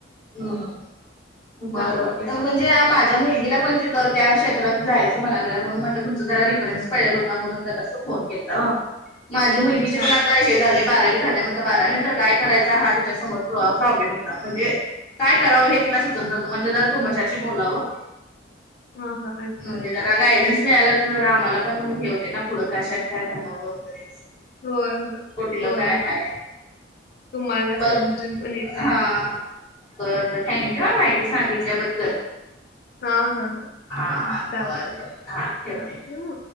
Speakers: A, on the left (about 30°); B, on the left (about 50°).
A: हम् बरं
B: चालतय
A: बर तर म्हणजे. ज माझ्या मुलगीला पण त्या क्षेत्रात जायचं म्हणाला म्हणून म्हटलं तुमचं त्यारा रिफरन्स. होणून घ फोन के माझी मुलगी
B: अच्छा
A: पण.
B: अच्छा
A: हे झाले बारावी झाल्या, म्हणत बारावी नंतर काय करायचं हा त्यािच्यासमोर प्रो प्रॉब्लेम होता म्हणजे. काय करावं हे तिला सुचनां झांलत म्हनले जरा तूमच्याशी बोलावं.
B: हा हा अच्छा
A: म्हणजे
B: अच्छा
A: त्याला गायडस मिळाला तर आम्हाला पण घेवते ना पुढं काश्यात काय घालावं वगैरे
B: होय होय
A: कुठलं
B: होय
A: काय
B: होय
A: हाय
B: तुम्हाला
A: बर
B: समजून पण येते
A: हा. बरं बरं ठांक्यू ह माहिती सांगितल्याबद्दल.
B: हा हा
A: हा
B: चालतय
A: बर बर हा ठेवते.
B: ठेवू मग